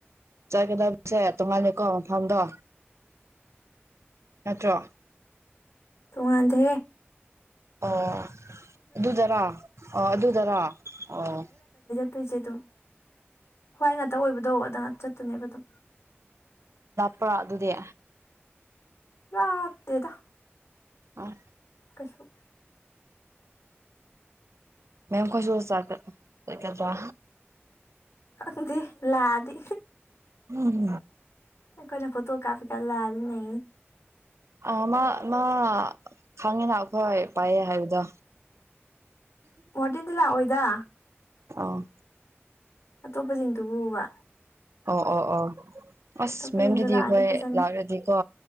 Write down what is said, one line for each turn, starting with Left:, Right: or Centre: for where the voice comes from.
Right: ꯆꯠꯀꯗꯕꯁꯦ ꯇꯣꯡꯉꯥꯟꯂꯀꯣ ꯃꯐꯝꯗꯣ ꯅꯠꯇ꯭ꯔꯣ
Left: ꯊꯨꯡꯗꯦ
Right: ꯑꯣ ꯑꯗꯨꯗꯔꯥ ꯑꯣ ꯑꯗꯨꯗꯔꯥ ꯑꯣ
Left: ꯑꯗꯨꯏꯁꯦ ꯑꯗꯨꯝ ꯈ꯭ꯋꯥꯏ ꯉꯥꯛꯇ ꯑꯣꯏꯕꯗꯣ ꯑꯗ ꯉ ꯆꯠꯇꯨꯅꯦꯕ ꯑꯗꯨꯝ
Right: ꯄꯨ꯭ꯔꯣ ꯑꯗꯨꯗꯤ
Left: ꯍꯥꯇꯦꯗ
Right: ꯑ
Left: ꯀꯁꯨ
Right: ꯃꯦꯝ ꯈꯁꯨ ꯆ ꯆ
Left: ꯀꯗꯤ ꯂꯥꯗ
Right: ꯎꯝꯝ
Left: ꯀꯣꯏꯅ ꯐꯣꯇꯣ ꯀꯥꯐꯤ ꯀꯂꯗ ꯅ
Right: ꯑ ꯃꯥ ꯃꯥ ꯈꯪꯉꯤꯅ ꯑꯩꯈꯣꯏ ꯄꯥꯏꯑ ꯍꯥꯏꯕꯗ
Left: ꯃꯗꯟꯂ ꯍꯣꯏꯗ
Right: ꯑꯥ
Left: ꯑ ꯇꯣꯞꯄꯖꯤꯗꯨ ꯍꯨꯕ
Right: ꯑꯣ ꯑꯣ ꯑꯣ ꯑꯁ
Left: ꯑꯇꯣꯞꯄꯁꯤꯡꯗꯣ
Right: ꯃꯦꯝꯗꯨꯗꯤ
Left: ꯂꯥꯛꯑꯗꯤ
Right: ꯑꯩꯈꯣꯏ
Left: ꯐꯖꯅꯤ
Right: ꯂꯥꯛꯑꯗꯤꯀꯣ